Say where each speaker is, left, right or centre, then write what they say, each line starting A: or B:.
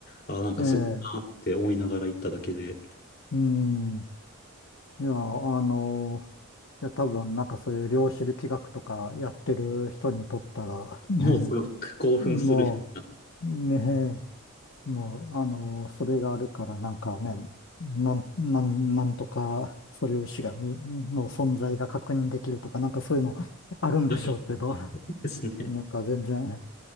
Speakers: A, on the left; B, on the left.
A: あ、なんかすごいなって思いながら行っただけで、
B: ええ、うん。いや、あのいや、多分なんかそういう量子力学とかやってる人にとったら、<laughs> ね、
A: もうすごく興奮するような、
B: もう、ね、もう、あの、それがあるからなんかね、なん、なん、なんとか素粒子がみ、の存在が確認できるとか、なんかそういうのあるんでしょうけど、
A: はい
B: <laughs>
A: ですね。
B: なんか全然、